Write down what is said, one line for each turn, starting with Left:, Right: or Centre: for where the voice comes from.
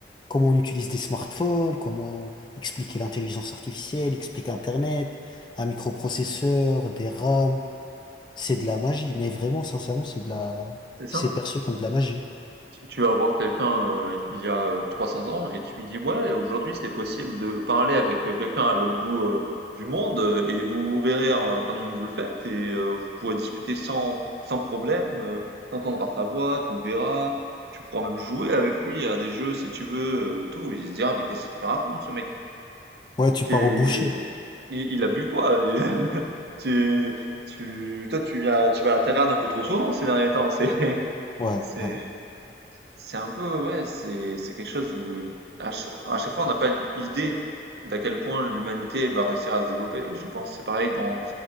Left: comment on utilise des smartphones, comment expliquer l'intelligence artificielle, expliquer Internet, un microprocesseur, des RAM. C'est de la magie, mais vraiment, sincèrement, c'est de la,
Right: C'est ça?
Left: c'est perçu comme de la magie.
Right: Tu vas voir quelqu'un euh, il y a euh, 300 ans et tu lui dis, ouais, aujourd'hui c'était possible de parler avec euh, quelqu'un à l'autre bout euh, du monde euh, et vous vous verrez hein, pendant que vous le faites et euh, vous pourrez discuter sans, sans problème, euh, t'entendras sa voix, tu le verras, tu pourras même jouer avec lui à des jeux si tu veux, euh, tout. Il se dira, mais qu'est-ce qu'il me raconte ce mec?
Left: Ouais, tu
Right: Qu'est-
Left: pars au boucher.
Right: Il, il a bu quoi? <laughs> Tu, tu, toi, tu viens, tu vas à la taverne un peu trop souvent ces derniers temps, c'est, <laughs>
Left: Ouais,
Right: c'est,
Left: ouais,
Right: c'est un peu, ouais, c'est c'est quelque chose où à, ch- à chaque fois on n'a pas l'idée d'à quel point l'humanité va réussir à se développer. Et je pense que c'est pareil dans